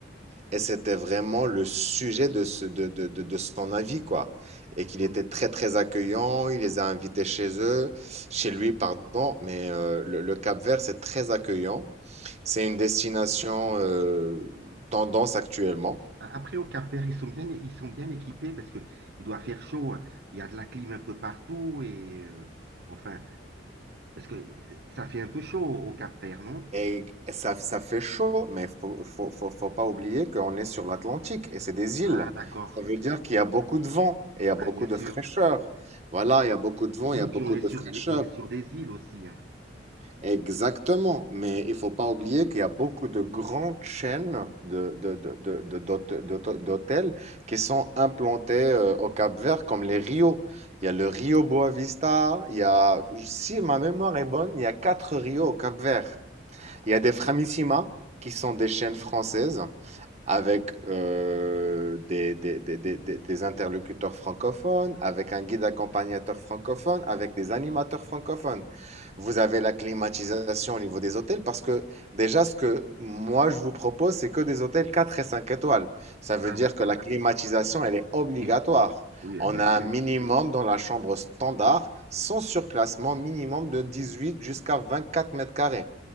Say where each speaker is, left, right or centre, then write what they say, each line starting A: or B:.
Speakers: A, on the right; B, on the right.
A: Et c'était vraiment le sujet de, ce- de, de, de, de son avis, quoi. Et
B: Mhm.
A: qu'il était très, très accueillant. Il les a invités chez eux, chez lui, pardon. Mais euh, le, le Cap-Vert, c'est très accueillant. C'est une destination euh, tendance actuellement.
B: A- Après, au Cap-Vert, ils sont bien, ils sont bien équipés parce que il doit faire chaud. hein. Il y a de la clim un peu partout et euh, enfin, Parce que euh, ça fait un peu chaud au Cap-Vert, non?
A: Et ça, ça fait chaud, mais faut, faut, faut, faut pas oublier qu'on est sur l'Atlantique et c'est des
B: Ah,
A: îles.
B: d'accord.
A: Ça veut dire qu'il y a beaucoup de vent et il y a
B: Ben,
A: beaucoup
B: bien
A: de
B: sûr.
A: fraîcheur. Voilà, il y a beaucoup de vent,
B: Oui,
A: il y a
B: puis
A: beaucoup
B: on est
A: de
B: sur,
A: fraîcheur.
B: de- on est sur des îles aussi. hein.
A: Exactement. Mais il faut pas oublier qu'il y a beaucoup de grandes chaînes de, de, de, de- de- d'hôte- d'hôte- d'hôtels qui sont implantées euh, au Cap-Vert, comme les Rios. Il y a le Rio Boavista, il y a, si ma mémoire est bonne, il y a quatre Rios au Cap-Vert. Il y a des Framissima qui sont des chaînes françaises avec euh, des, des, des, des- des- des interlocuteurs francophones, avec un guide accompagnateur francophone, avec des animateurs francophones. Vous avez la climatisation au niveau des hôtels parce que déjà ce que moi je vous propose, c'est que des hôtels 4 et 5 étoiles. Ça veut
B: Ah,
A: dire
B: d'accord.
A: que la climatisation, elle est obligatoire.
B: Oui, oui,
A: On
B: euh, bien
A: a
B: sûr.
A: un minimum dans la chambre standard, sans surclassement, minimum de 18 jusqu'à 24 mètres carrés.